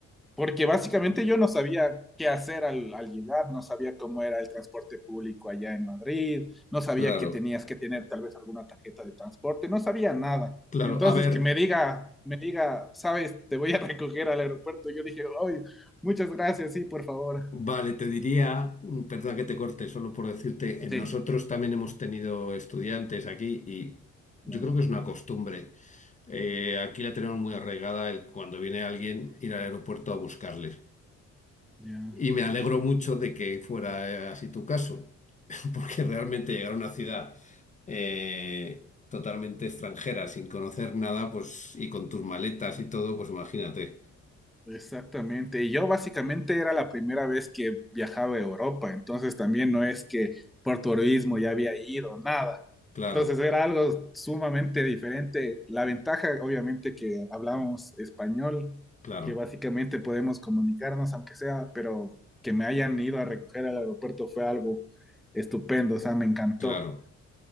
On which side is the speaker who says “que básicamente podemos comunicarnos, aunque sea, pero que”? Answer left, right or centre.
Centre